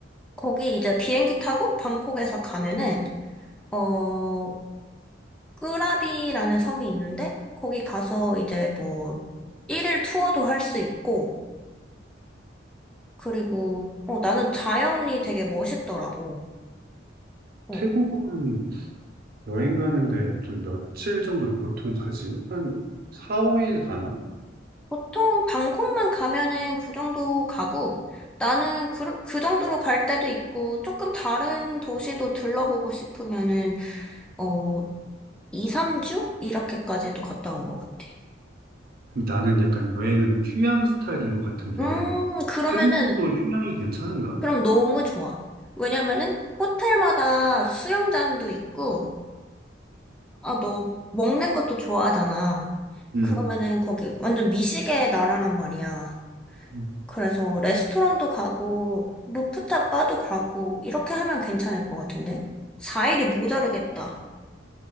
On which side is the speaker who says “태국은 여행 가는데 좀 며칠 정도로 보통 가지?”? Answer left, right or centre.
Right